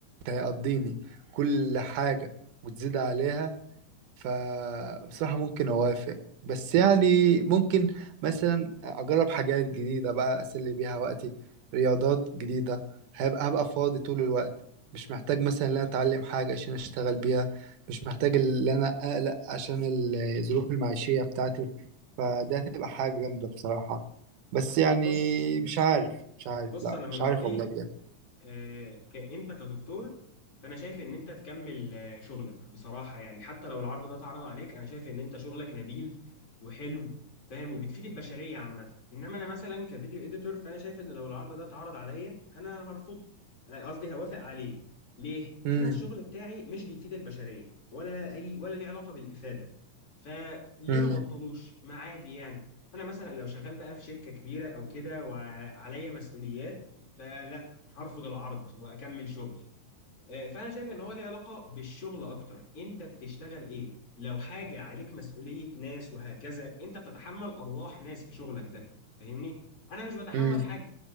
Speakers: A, on the right (about 80°); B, on the left (about 45°).
A: تقضيني كل حاجة وتزيد عليها فبصراحة ممكن أوافق بس يعني ممكن مثلا أجرب حاجات جديدة بقى أسلي بيها وقتي رياضات جديدة هبقى هبقى فاضي طول الوقت مش محتاج مثلا إن أنا أتعلم حاجة عشان أشتغل بيها مش محتاج إن أنا أقلق عشان الظروف المعيشية بتاعتي فده هتبقى حاجة جامدة بصراحة بس يعني
B: بص
A: مش عارف مش عارف
B: بص
A: لا
B: انا من
A: مش عارف
B: رايي
A: والله بجد
B: آه، ك- انت كدكتور فانا شايف ان انت تكمل آه، شغلك بصراحه يعني حتى لو العرض ده اتعرض عليك انا شايف ان انت شغلك نبيل وحلو فاهم وبتفيد البشريه عامه انما انا مثلا كفيديو اديتور فانا شايف ان لو العرض ده اتعرض عليا انا هرفضه آه، قصدي هوافق عليه ليه
A: امم
B: انا الشغل بتاعي مش بيفيد البشريه ولا اي ولا ليه علاقه بالافاده فليه
A: امم
B: ما بطلوش ما عادي يعني انا مثلا لو شغال بقى في شركه كبيره او كده وعليا مسؤوليات فلا هرفض العرض واكمل شغل آه، فانا شايف ان هو ليه علاقه بالشغل اكتر انت بتشتغل ايه لو حاجه عليك مسؤوليه ناس وهكذا انت بتتحمل ارواح ناس في شغلك ده فاهمني انا مش بتحمل
A: امم
B: حاجه